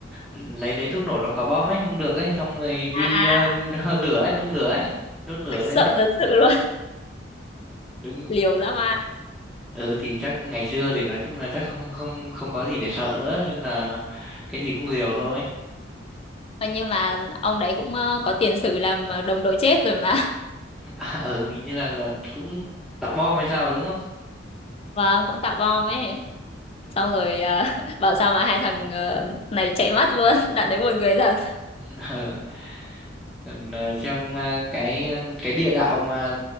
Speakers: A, in the centre; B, on the left (about 30°).
A: lấy lấy thuốc nổ trong quả bom ấy không được ấy, xong rồi đi
B: À, à.
A: uh, <laughs> hơ lửa ấy, nung lửa ấy, đốt lửa
B: <laughs>
A: lên
B: Sợ
A: ấy.
B: thật sự luôn.
A: Đúng.
B: liều dã man
A: Ừ thì chắc ngày xưa thì nói chung là chắc không không không có gì để sợ nữa nên là cái gì cũng liều
B: Ừ.
A: thôi. <laughs>
B: Mà nhưng mà ông đấy cũng ờ, có tiền sử làm ờ, đồng đội chết rồi mà <laughs>
A: À, ừ như là là cũng tạo bom hay sao đúng không?
B: và cũng tạo bom ấy
A: Ừ.
B: xong rồi ờ, <laughs> bảo sao mà hai thằng ờ, này chạy mất luôn <laughs> đoạn đấy buồn cười thật
A: <laughs> ừ. cần ờ, xem ờ, cái ờ, cái địa đạo mà